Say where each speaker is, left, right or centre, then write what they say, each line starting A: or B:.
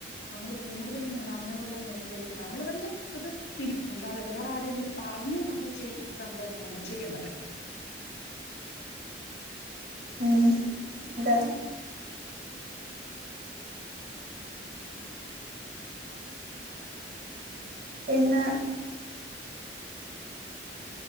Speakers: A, on the left; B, on the right.
A: നമ്മള് കൂടുതലുന്നുള്ളങ്ങ നുള്ള മേഖലയൊക്കെ നമ്മള് തന്നെ അത് തിരി അല്ലാതെ വേറാരെങ്കിലും പറഞ്ഞ് നമ്മൾ ചെയ്യുന്നല്ല നമ്മൾ ചെയ്യേണ്ടത്.
B: <inaudible> ഉം അതാ പിന്നെ